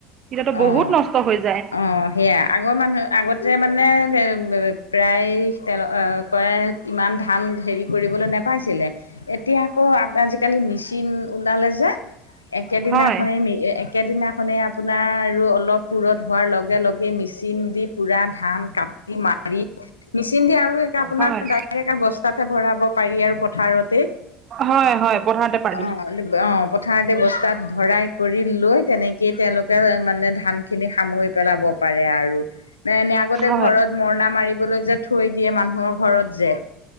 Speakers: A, on the right; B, on the left.
A: তেতিয়াতো বহুত
B: অ'
A: নষ্ট হৈ যায়
B: অ' সেয়া আগৰ মানুহে। আগতে মানে প্ৰায় তেলক ইমান ধান হেৰি কৰিবলৈ নাপ। পাইছিলে, এতিয়া আকৌ আজিকালি মেচিন ওলালে যে। একেদিনাখনে
A: হয়
B: একে দিনাখনে আপুনি। আপোনাৰ আৰু অলপ পুৰঠ হোৱাৰ লগে - লগে মেচিন দি পুৰা ধান। কাটি মাৰি মেচিন দি আৰুে আপোনাৰ
A: হয়
B: ডাইৰেক্ট বস্তাতহে ভৰাব পাৰি আৰু পথাৰতে।
A: হয় হয় পথাৰতে পাৰি
B: অ ল অ <inaudible> পথাৰতে বস্তাত ভৰাই কৰি লৈ তেনেকেই তেওঁলোকে। মানে ধান খিনি সামৰি পেলাব পাৰে আৰু মানে এনে। আগতে
A: হয়
B: ঘৰত মৰণা মাৰিবলৈ যে থৈ দিয়ে মানুহক। ঘৰত যে।